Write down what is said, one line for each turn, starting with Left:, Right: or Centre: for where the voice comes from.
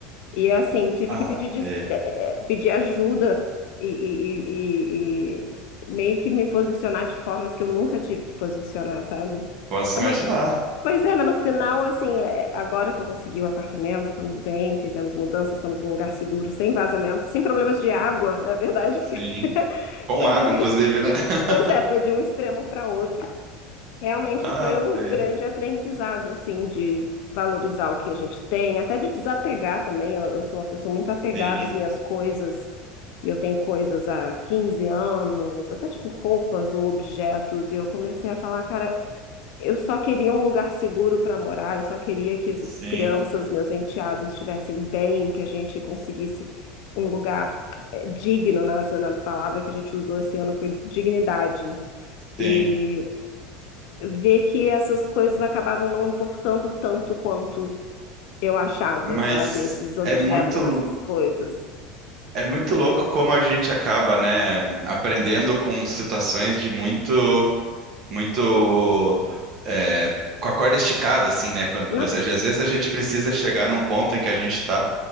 Left: E assim, tive
Right: Ah,
Left: que pedir, des-
Right: velho.
Left: eh, eh, pedir ajuda e, e- e- e meio que me posicionar de formas que eu nunca tive que posicionar, sabe?
Right: Posso
Left: Mas
Right: imaginar.
Left: no- pois é, mas no final, assim, eh, agora que eu consegui o apartamento, estamos bem, fizemos mudanças, estamos num lugar seguro, sem vazamento, sem problemas de água, na verdade,
Right: Sim.
Left: porque <laughs>
Right: Com
Left: foi
Right: água,
Left: de um,
Right: inclusive,
Left: ex-
Right: né? <laughs>
Left: pois é, foi de um extremo para outro. Realmente
Right: Ah,
Left: foi um
Right: velho.
Left: grande aprendizado, assim, de valorizar o que a gente tem, até de desapegar também. Eu, eu sou uma pessoa muito apegada
Right: Sim,
Left: às minhas coisas, e eu tenho coisas há 15 anos, até tipo roupas ou objetos, e eu comecei a falar, cara, eu só queria um lugar seguro para morar, eu só queria que as
Right: sim,
Left: crianças, meus enteados, estivessem bem, que a gente conseguisse um lugar eh, digno, na, na palavra que a gente usou esse ano foi dignidade.
Right: sim.
Left: e ver que essas coisas acabavam não importando tanto quanto eu achava,
Right: Mas
Left: sabe? Esses objetos,
Right: é muito,
Left: essas coisas.
Right: é muito louco como a gente acaba, né, aprendendo com situações de muito, muito, é, com a corda esticada, assim, né? Quando
Left: Nossa.
Right: você, às vezes a gente precisa chegar num ponto em que a gente está